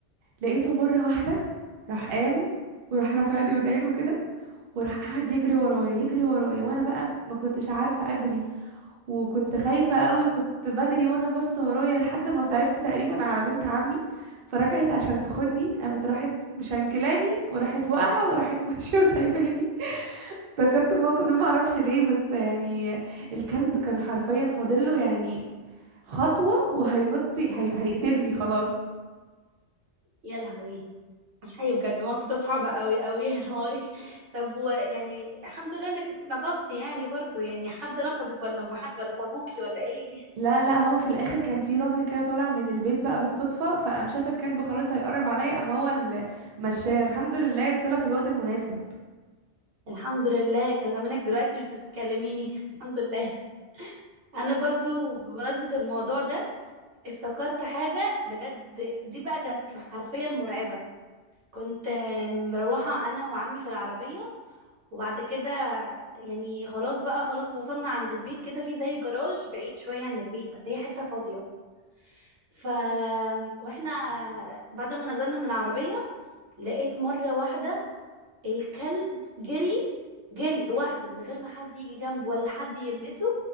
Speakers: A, on the right (about 60°); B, on the right (about 75°).
A: لقيته مره واحده راح قام وراح رافع لي ودانه كده وراح قعد يجري ورايا يجري ورايا وانا بقى م- ما كنتش عارفه اجري وكنت خايفة قوي وكنت بجري وانا باصة ورايا لحد ما صعبت تقريبا على بنت عمي فرجعت عشان تاخدني قامت راحت مشنكلاني وراحت واقعة وراحت <laughs> ماشية وسايباني افتكرت الموقف ده ما اعرفش ليه بس يعني الكلب كان حرفيا فاضله يعني خطوة وهينط هي... هيقتلني خلاص
B: يا لهوي الحقيقة بجد الموقف ده صعب قوي قوي يا نهاري <laughs> طب ويعني الحمد لله انك اتنقصتي يعني برضو يعني حد نقصك ولا ما حد ولا سابوكي ولا ايه
A: لا لا هو في الاخر كان في راجل كده طالع من البيت بقى بالصدفة فقام شاف الكلب خلاص هيقرب عليا قام هو اللي مشاه الحمد لله طلع في الوقت المناسب
B: الحمد لله كان زمانك دلوقتي مش بتكلميني <laughs> الحمد لله انا برضو بمناسبة الموضوع ده افتكرت حاجة بجد دي بقى كانت حرفيا مرعبة كنت آه، مروحة انا وعمي في العربية وبعد كده يعني خلاص بقى خلاص وصلنا عند البيت كده في زي جراج بعيد شوية عن البيت بس هي حتة فاضية ف واحنا بعد ما نزلنا من العربية لقيت مرة واحدة الكلب جري جري لوحده من غير ما حد يجي جنبه ولا حد يلمسه